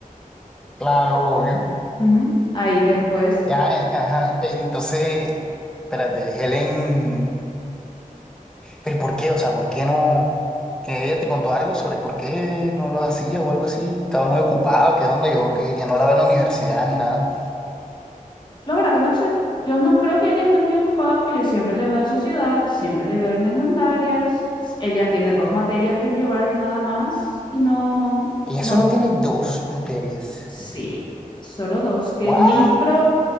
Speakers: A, in the centre; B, on the left.
A: claro, obvio.
B: Ujú. Ahí después,
A: Ya, ajá. eh, Entonces, espérate, Helen, pero ¿por qué? O sea, ¿por qué no? Que ella te contó algo sobre por qué no los hacía o algo así. Estaba muy ocupado, que dónde yo, que ya no la veo en la universidad ni nada.
B: la verdad que no sé. Yo no creo que ella esté muy ocupada porque yo siempre le veo en sociedad, siempre le veo en Hernandarias. Ella tiene dos materias que llevar nada más y no...
A: Ella
B: No
A: solo tiene dos materias.
B: Sí, solo dos, que
A: ¡Guau!
B: es micro,